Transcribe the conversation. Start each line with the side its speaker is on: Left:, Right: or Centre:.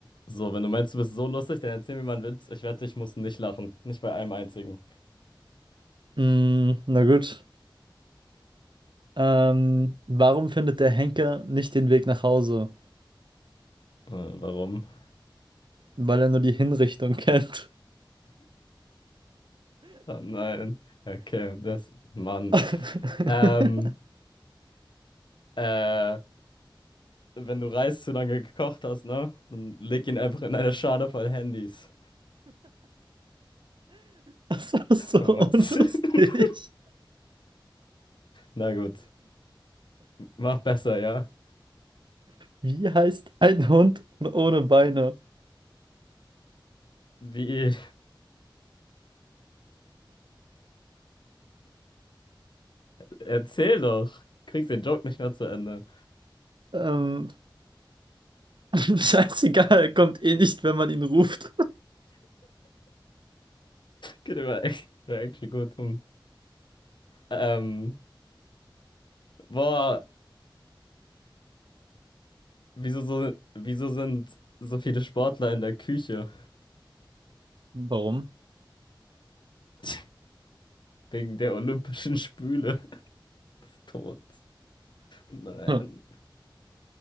Left: So, wenn du meinst, du bist so lustig, dann erzähl mir mal einen Witz. Ich wette, ich muss nicht lachen. Nicht bei einem einzigen.
Right: Mm, na gut. Ähm, warum findet der Henker nicht den Weg nach Hause?
Left: Äh, warum? <laughs>
Right: Weil er nur die Hinrichtung kennt.
Left: Ah, nein. Okay, das. Mann.
Right: <laughs>
Left: Ähm, äh, wenn du Reis zu lange gekocht hast, ne? Dann leg ihn einfach in eine Schale voll Handys.
Right: Das war so
Left: Oh Mann.
Right: unlustig.
Left: <laughs> Na gut. Mach besser, ja?
Right: Wie heißt ein Hund ohne Beine?
Left: Wie? Erzähl doch. Kriegst den Joke nicht mehr zu Ende.
Right: Ähm, <laughs> scheißegal, er kommt eh nicht, wenn man ihn ruft.
Left: Geht aber echt, wär echt gut. Hm. Ähm, boah. Wieso so, wieso sind so viele Sportler in der Küche?
Right: Warum?
Left: <laughs> Wegen der olympischen Spüle. <laughs> Ist Tot. Nein.
Right: Hm.